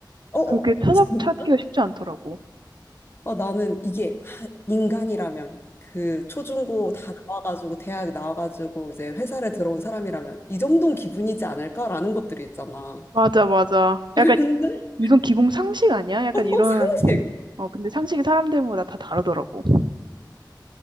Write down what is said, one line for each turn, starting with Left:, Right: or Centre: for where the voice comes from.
Left: 어, 어,
Right: 그렇게 찾아,
Left: 진짜?
Right: 찾기가 쉽지 않더라고.
Left: 어, 나는 이게 하, 인간이라면, 그 초중고 다 나와가지고, 대학 나와가지고, 이제 회사를 들어온 사람이라면, 이 정도는 기분이지 않을까라는 것들이 있잖아.
Right: 맞아, 맞아.
Left: <laughs>
Right: 약간 이건 기본 상식 아니야? 약간
Left: 어,
Right: 이런,
Left: 상식.
Right: 어, 근데 상식이 사람들마다 다 다르더라고.